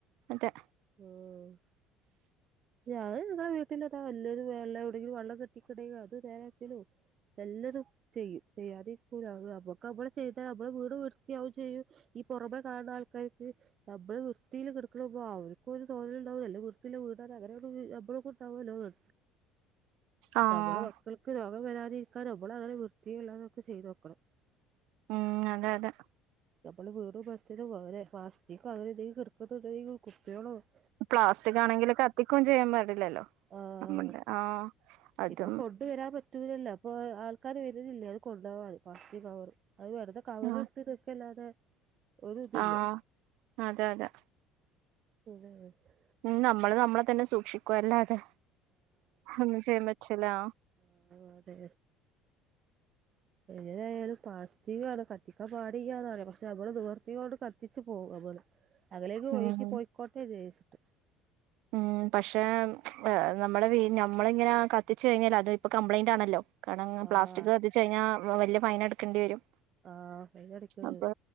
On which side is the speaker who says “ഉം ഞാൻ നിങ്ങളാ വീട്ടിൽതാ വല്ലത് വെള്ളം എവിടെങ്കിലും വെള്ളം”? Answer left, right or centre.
Right